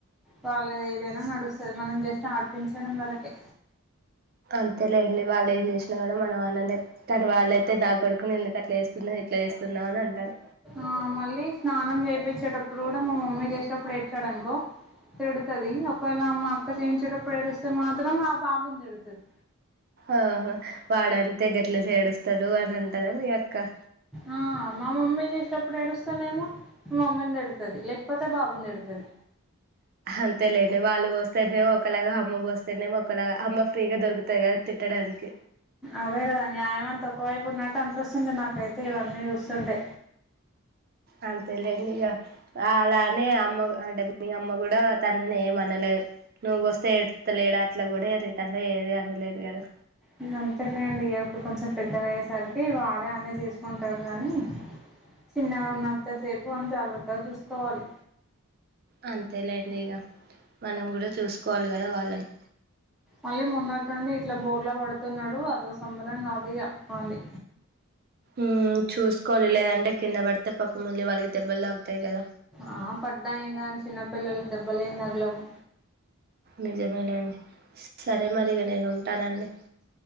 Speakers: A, in the centre; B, on the right.
A: వాళ్ళుది ఏదైనా నడుస్త్ తది మనం జస్ట్ ఆడిపించడం వరకే
B: అంతేలేండి వాళ్ళు ఎమ్ చేసిన కూడా మనం అనలేం కానీ వాళ్ళయితే దగ్ అక్కని ఎందుకు అట్లా చేస్తున్నావ్ ఇట్లా చేస్తున్నావ్ అని అంటాది.
A: ఆ మళ్ళీ స్నానం చేయిపించేటప్పుడు కూడా మా మమ్మీ చేసేటప్పుడు ఏడ్చాడనుకో తిడుతది అప్ కానీ వాళ్ళమ్మ మా అక్క చేయించేటప్పుడు ఎడుస్తే మాత్రం ఆ బాబుని తిడుతాది.
B: ఆహా వాడంతే గట్లనే ఏడుస్తాడు అని అంటాదా మీ అక్క.
A: ఆ మా మమ్మీ చేసేటప్ ఇప్పుడు ఏడుస్తానేనేమో మా మమ్మీని తిడుతది లేకపోతే బాబుని తిడుతది.
B: అంతేలేండి వాళ్ళు పోస్తేనేమో ఒకలాగా అమ్మ పోస్తేనేమో ఒకలాగా అమ్మ ఫ్రీగా దొరుకుతాయి కదా. తిట్టడానికి
A: అదే కదా న్యాయం అంత ఒక్క వైపు ఉన్నట్టు అనిపిస్తుంది నాకైతే ఇవన్నీ చూస్తుంటే.
B: అంతేలేండి ఇగా అలానే అమ్మ అంటే మీ అమ్మ కూడా తనని ఎమ్ అనద్ నేవ్ నువ్వుపోస్తే ఎడుత్తలేడా అట్లా కూడా రిటర్న్ లో ఏది అనలేదు కదా.
A: ఇంగా అంతేలేండి ఇయప్ప కొంచెం పెద్దగా అయ్యేసరికి వాడే అన్ని చేసుకుంటారు గానీ చిన్నగా ఉన్నంతసేపు వాన్ని జాగ్రత్తా చూసుకోవాలి.
B: అంతేలేండి ఇగ మనం కూడా చూసుకోవాలి కదా వాళ్ళని.
A: మళ్ళీ మొన్నటి నుండి ఇట్లా బోర్లా పడుతున్నాడు అదో సంబరం కాదు ఇగా వన్ది.
B: ఉమ్ చూసుకోవాలి లేదంటే కింద పడితే పాపం వాళ్ళకి దెబ్బలుతాగుతయ్ కదా.
A: ఆ పడ్డా ఎమ్ కాదండి చిన్నపిల్లలకు దెబ్బ లేమ్ తగలవు.
B: నిజమేలేండి సరే మరి ఇగ నేను ఉంటానండి.